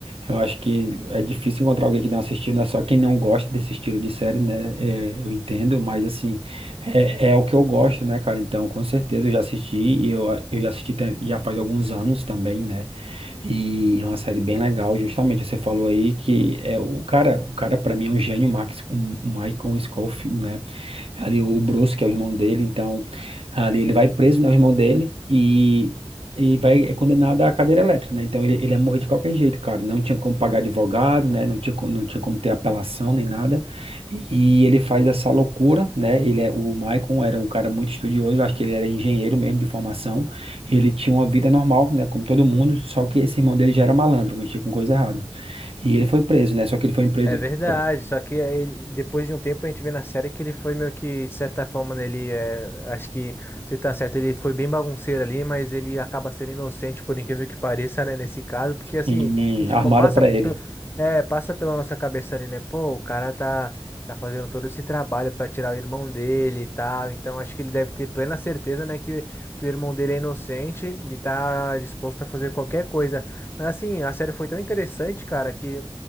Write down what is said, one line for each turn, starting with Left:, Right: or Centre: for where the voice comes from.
Right: eu acho que é difícil encontrar alguém que não assistiu, né? Só quem não gosta desse estilo de série, né? É, eu entendo, mas assim, é, é o que eu gosto, né, cara? Então, com certeza eu já assisti e eu, eu já assisti tem- já faz alguns anos também, né? E é uma série bem legal, justamente. Você falou aí que é o cara, o cara para mim é um gênio, o Max, o Michael Scofield, né? ali o o Bruce, que é o irmão dele, então ali ele vai preso, né, o irmão dele, e, e vai, é condenado à cadeira elétrica, né, então ele, ele ia morrer de qualquer jeito, cara, não tinha como pagar advogado, né, não tinha, co- não tinha como ter apelação nem nada, e, e ele faz essa loucura, né, ele é, o Michael era um cara muito estudioso, acho que ele era engenheiro mesmo de formação, e ele tinha uma vida normal, né, como todo mundo, só que esse irmão dele já era malandro, mexia com coisa errada, e ele foi preso, né, só que ele foi preso,
Left: É verdade,
Right: pre-
Left: só que aí, depois de um tempo a gente vê na série que ele foi meio que, de certa forma, né, ele é, acho que você tá certo, ele foi bem bagunceiro ali, mas ele acaba sendo inocente, por incrível que pareça, né, nesse caso, porque assim,
Right: sim,
Left: a gente
Right: armaram
Left: pa- passa,
Right: pra
Left: pe-
Right: ele,
Left: é, passa pela nossa cabeça ali, né, pô, o cara tá, tá fazendo todo esse trabalho pra tirar o irmão dele e tal, então acho que ele deve ter plena certeza, né, que, que o irmão dele é inocente e tá disposto a fazer qualquer coisa. Mas assim, a série foi tão interessante, cara, que.